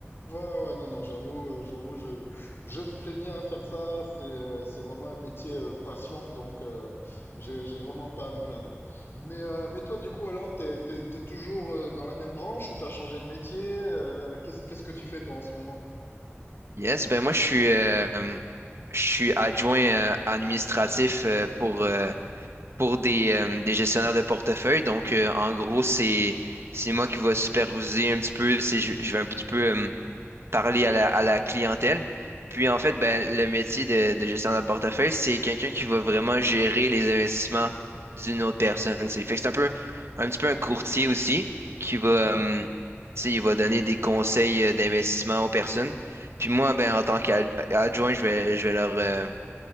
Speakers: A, on the left; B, on the right.
A: Ouais, ouais, ouais, non, non, j'avoue, euh, j'avoue, je, je me plais bien à faire ça. C'est euh, c'est vraiment un métier euh, passion, donc euh, j'ai j'ai vraiment pas à me plaindre. Mais, euh, mais toi, du coup, alors, t'es, t'es, t'es toujours euh, dans la même branche ou t'as changé de métier? Euh, qu'est-ce, qu'est-ce que tu fais, toi, en ce moment?
B: Yes, ben moi, je suis, euh, je suis adjoint euh, administratif euh, pour, euh, pour des, euh, des gestionnaires de portefeuille. Donc, euh, en gros, c'est c'est moi qui vais superviser un petit peu, c'est, je, je vais un petit peu euh, parler à la, à la clientèle. Puis, en fait, ben, le métier de, de gestionnaire de portefeuille, c'est quelqu'un qui va vraiment gérer les investissements d'une autre personne. C'est, fait que c'est un peu, un petit peu un courtier aussi qui va,
A: Mhm.
B: euh, tu sais, il va donner des conseils euh, d'investissement aux personnes. Puis moi, ben, en tant qu'adjoint, je vais, je vais leur, euh,